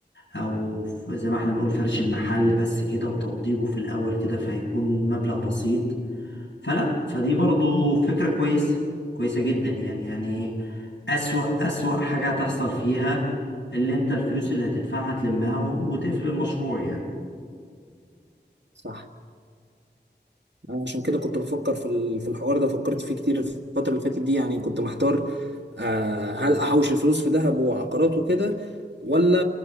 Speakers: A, on the left; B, on the right.
A: او ف- زي ما احنا بنقول فرش المحل بس كده وتوضيبه في الاول كده فهيكون مبلغ بسيط فلا فدي برضو فكرة كويسة كويسة جدا يعني يعني أسوأ أسوأ حاجة هتحصل فيها اللي انت الفلوس اللي هتدفعها تلمها و- وتقفل المشروع يعني
B: صح أنا عشان كده كنت بفكر في ال- في الحوار ده فكرت فيه كتير الفترة اللي فاتت دي يعني كنت محتار آه، هل أحوش الفلوس في ذهب وعقارات وكده ولا